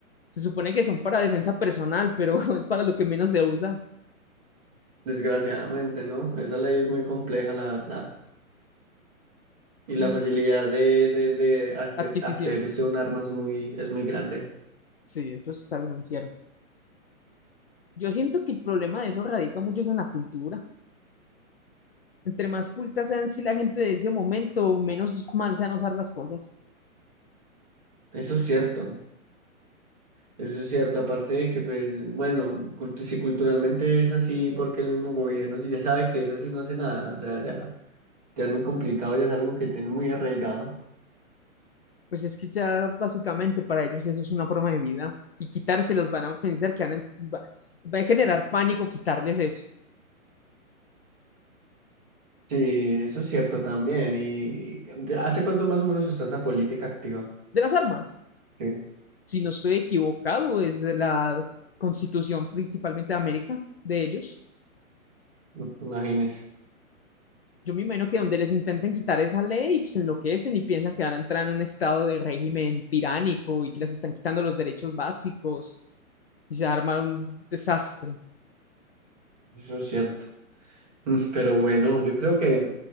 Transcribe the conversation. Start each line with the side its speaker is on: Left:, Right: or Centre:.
Left: Se supone que son para defensa personal, pero <laughs> es para lo que menos se usa
Right: Desgraciadamente, ¿no? Esa ley es muy compleja, la verdad. Y la
Left: y
Right: facilidad de, de, de acce-
Left: adquisición.
Right: acceder usted a un arma es muy, es muy grande.
Left: Sí, eso es algo muy cierto. Yo siento que el problema de eso radica mucho en la cultura. Entre más cultas sean si la gente de ese momento, menos mal sean usar las cosas.
Right: Eso es cierto. Eso es cierto, aparte de que, pues, bueno, cultu- si culturalmente es así, porque el mismo gobierno, si ya sabe que es así, no hace nada, o sea, ya, ya es muy complicado, ya es algo que tiene muy arraigado.
Left: Pues es que ya básicamente para ellos eso es una forma de vida. Y quitárselos van a pensar que van a- va, va a generar pánico quitarles eso.
Right: Sí, eso es cierto también. ¿Y hace cuánto más o menos está esa política activa?
Left: De las armas,
Right: Sí,
Left: si no estoy equivocado, desde la constitución principalmente de América, de ellos.
Right: no, imagínese,
Left: yo me imagino que donde les intenten quitar esa ley, pues enloquecen y piensan que van a entrar en un estado de régimen tiránico y que les están quitando los derechos básicos y se arma un desastre,
Right: eso es cierto. Mm, Pero bueno, yo creo que,